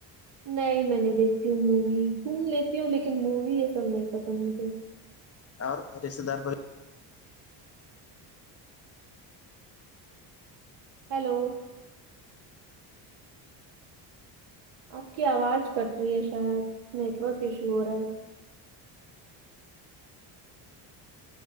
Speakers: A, on the right (about 70°); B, on the left (about 30°).
A: نہیں میں نہیں دیکھتی ہوں مووی گھوم لیتی ہوں لیکن مووی یہ سب نہیں پسند مجھے
B: اور رشتے دار
A: ہیلو آپ کی آواز کٹ رہی ہے شاید نیٹورک ایشو ہو رہا ہے